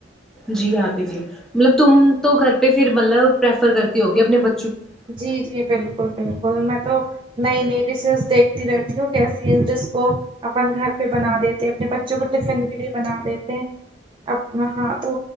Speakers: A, in the centre; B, on the right.
A: جی آپی جی مطلب تم تو گھر پہ پھر مطلب پرریفر کرتی ہوگی اپنے ب
B: جی جی بالکل بالکل میں تو نئی نئی ڈشز دیکھتی رہتی ہوں کیسی ہیں جس کو اپن گھر پہ بنا دیتے اپنے بچوں کو ٹفن کے لیے بنا دیتے اب وہاں تو